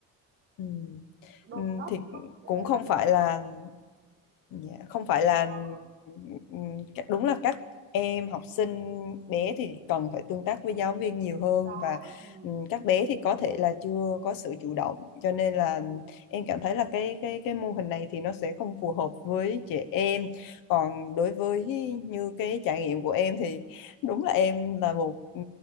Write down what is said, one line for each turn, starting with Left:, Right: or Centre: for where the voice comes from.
Left: Ừ.
Right: đôn
Left: Ừ,
Right: đốc
Left: thì
Right: khóc để
Left: cũng
Right: để
Left: không
Right: mà để
Left: phải
Right: mà
Left: là
Right: học
Left: dạ, không phải là
Right: đó.
Left: ừ, các- đúng là các em học sinh bé thì cần phải tương tác với giáo viên nhiều hơn
Right: Đó,
Left: và
Right: Ừ,
Left: ừ, các bé thì có thể là chưa có sự chủ động cho nên là
Right: ừ,
Left: em cảm thấy là cái cái cái mô hình này thì nó sẽ không phù hợp với trẻ em còn đối với như cái trải nghiệm của em thì đúng là em là một ừ,